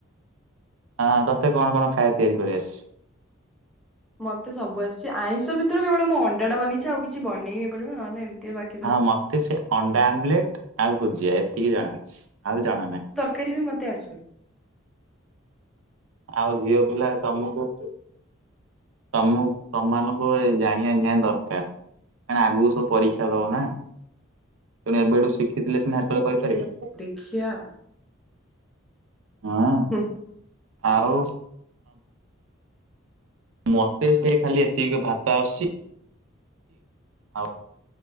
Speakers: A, on the right; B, in the centre.
A: ହଁ ତତେ କଣ କଣ ଖାଇବା ତିଆରି କରି ଆସିଚି।
B: ମତେ ସବୁ ଆସିଛି ଆଇଁଷ ଭିତରୁ କେବଳ ମୁଁ ଅଣ୍ଡା ଟା ବନେଇଛି ଆଉ କିଛି ବନେଇ ଏପର୍ଯନ୍ତ ନହେଲେ ଏମିତି ବଟ୍
A: ହଁ ମତେ ସେ ଅଣ୍ଡା ଆମଲେଟ୍ ଆଉ ଭୁଜିଆ ଏତିକି ଜଣା ଅଛି ଆଉ ଜଣା ନାହିଁ।
B: ଫିରି ବି ମୋତେ ଆସେ।
A: ଆଉ ଝିଅ ପିଲା ତମକୁ ତମକୁ ତମାନଙ୍କୁ ଏ ଜାଣିବା ନିଆ ଦରକାର। କାଣ ଆଗକୁ ସବୁ ପରୀକ୍ଷା ଦଉନା ତେଣୁ ଏବେଠୁ ଶିଖିଥିଲେ ସିନା ହେତେବେଳେ ପରିକ୍ଷା ଦେବେ।
B: ଆଖିଆ
A: ହଁ।
B: ହୁଁ।
A: ଆଉ। ମତେ ସେ ଖାଲି ଏତିକି ଭାତ ଆସୁଛି। ଆଉ